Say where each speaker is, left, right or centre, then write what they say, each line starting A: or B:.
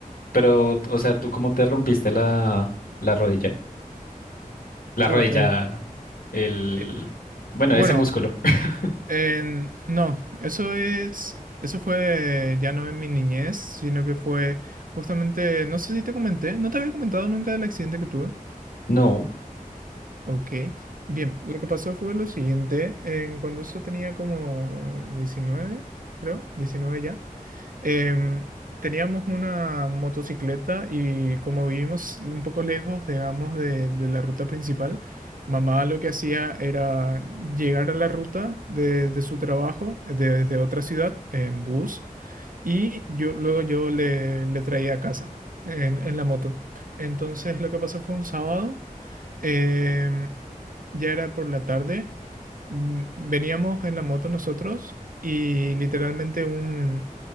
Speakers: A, on the left; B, on the right.
A: Pero, o sea, ¿tú cómo te rompiste la, la rodilla? La
B: Oh,
A: rodilla,
B: el,
A: el...
B: eh,
A: Bueno,
B: bueno,
A: ese músculo. <laughs>
B: en- no, eso es, eso fue ya no en mi niñez, sino que fue justamente, no sé si te comenté, no te había comentado nunca del accidente que tuve.
A: No.
B: Ok, bien, lo que pasó fue lo siguiente, en cuando eso tenía como 19, creo, 19 ya, em, teníamos una motocicleta y como vivimos un poco lejos, digamos, de, de la ruta principal, mamá lo que hacía era llegar a la ruta de, de su trabajo, eh, de- desde otra ciudad, en bus, y yo luego yo le, le traía a casa en, en la moto. Entonces lo que pasó fue un sábado. em, ya era por la tarde, mm, veníamos en la moto nosotros y literalmente un,